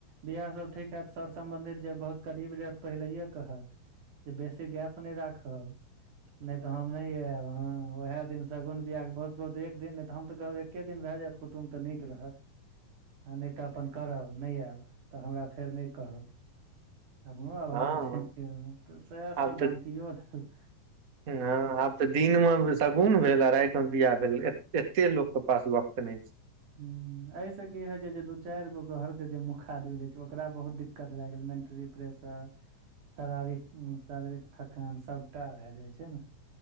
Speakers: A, on the right; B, on the right.
A: वियाहसभ ठीक हत सर सम्बन्धित जे बहुत करीब रह पहिलेे कहेय जे बेसी गैप नहि राखब नहि तऽ हम नहि आयब हँ उएह एक दिन शगुन बियाह बहुत बहुत एक दिन नहि तऽ हम तऽ कहब एक्के दिन भए जायत कुटुम्ब तऽ नीक रहत नहि तऽ अपन करब नहि आयब तऽ हमरा फेर नहि कहब हमरो अभाव
B: हँ
A: छै त सएह सभ
B: आब तऽ
A: धमकियो देलक
B: हँ अप तऽ दिन मे शगुन भेल आ राति में बियाह भेल एते लोक के पास वक्त नहि छै
A: हुँ एहिसँ की होइ छै जे दू चारि गो घरके जे मुख आदमी रहै छै ओकरा बहुत दिक्क दिक्कत भए गेल मेन्ट्ररी प्रेशसर शारीरिक शारीरिक थकान सभटा भए जाइ छै ने